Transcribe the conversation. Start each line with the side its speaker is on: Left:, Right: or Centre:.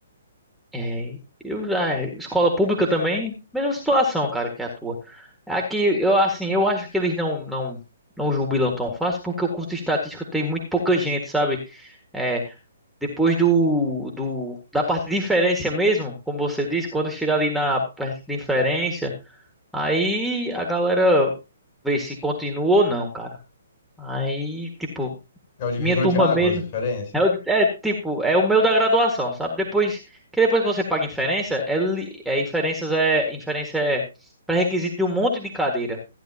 Centre: É, eu já, é, escola pública também, mesma situação, cara, que a tua. Aqui, eu assim, eu acho que eles não, não, não jubilam tão fácil, porque o curso de estatística tem muito pouca gente, sabe? É, depois do, do, da parte de inferência mesmo, como você disse, quando chega ali na parte de inferência, aí a galera vê se continua ou não, cara. Aí, tipo,
Left: É o divisor
Centre: minha turma
Left: de águas,
Centre: mesmo.
Left: a diferença.
Centre: É, o- é, tipo, é o meu da graduação, sabe? Depois que depois que você paga inferência, é, li- é inferências é inferência é pré-requisito de um monte de cadeira.